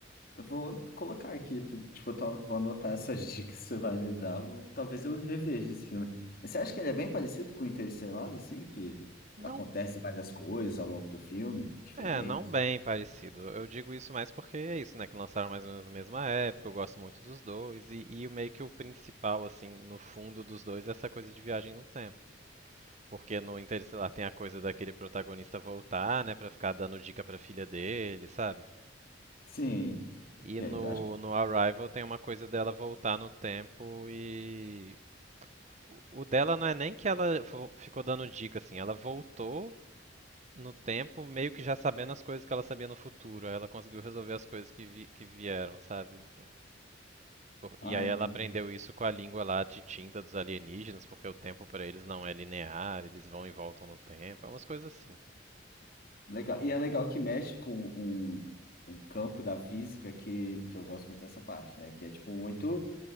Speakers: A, on the left; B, on the right.
A: eu vou colocar aqui, tipo, eu tô- vou anotar essas <laughs> dicas que você vai me dar. vou- talvez eu reveja esse filme. Mas você acha que ele é bem parecido com Interestelar, assim, que
B: Não,
A: acontece várias coisas ao longo do filme, diferentes?
B: é, não bem parecido. Eu digo isso mais porque é isso, né? Que lançaram mais ou menos na mesma época, eu gosto muito dos dois, e, e meio que o principal, assim, no fundo dos dois é essa coisa de viagem no tempo. Porque no Interestelar tem a coisa daquele protagonista voltar, né, pra ficar dando dica pra filha dele, sabe?
A: Sim.
B: E
A: Que,
B: no,
A: acho...
B: no Arrival tem uma coisa dela voltar no tempo e. o- O dela não é nem que ela fo- ficou dando dica, assim, ela voltou no tempo meio que já sabendo as coisas que ela sabia no futuro. Aí ela conseguiu resolver as coisas que, vi, que vieram, sabe?
A: Ah,
B: E aí ela
A: entendi.
B: aprendeu isso com a língua lá de tinta dos alienígenas, porque o tempo pra eles não é linear, eles vão e voltam no tempo, é umas coisas assim.
A: Legal. E é legal que mexe com um, um campo da física que, que eu gosto muito dessa parte, né? Que é tipo muito